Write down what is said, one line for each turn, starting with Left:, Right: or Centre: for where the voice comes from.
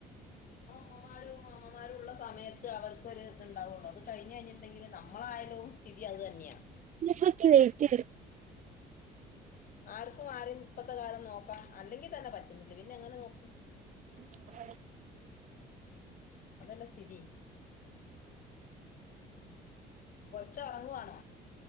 Left: ഉമ്മമാരും അമ്മമാരുള്ള സമയത്ത് അവർക്കൊരു ഇത്ണ്ടാവുള്ളൂ അത് കഴിഞ്ഞ് കഴിഞ്ഞിണ്ടെങ്കില് നമ്മളായാലും സ്ഥിതി അത് തന്നെയാ.
Right: ല്ഫക്ക് ലൈറ്റ്
Left: ആർക്കും ആരിം ഇപ്പത്തെ കാലം നോക്കാം അല്ലെങ്കി തന്നെ പറ്റുന്നില്ല പിന്നെ എങ്ങനെ നോക്കും.
Right: ഉം ന്താപാട്?
Left: അതല്ലേ സ്ഥിതി കൊച്ച ഒറങ്ങുവാണോ?